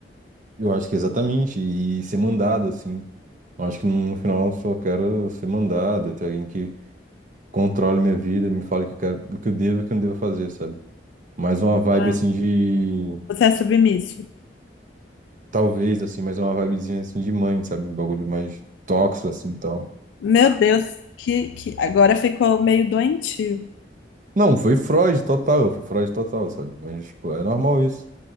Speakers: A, on the right; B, on the left.
A: Eu acho que é exatamente. E ser mandado, assim. Eu acho que no final eu só quero ser mandado. Ter alguém que controle minha vida, me fale o que eu quero, o que eu devo e o que eu não devo fazer, sabe? Mais uma vibe,
B: Ah,
A: assim, de.
B: você é submisso.
A: Talvez, assim, mais uma vibezinha, assim, de mãe, sabe? Um bagulho mais tóxico, assim, e tal.
B: Meu Deus, que, que agora ficou meio doentio.
A: Não, foi Freud total, foi Freud total, sabe? Mas, tipo, é normal isso.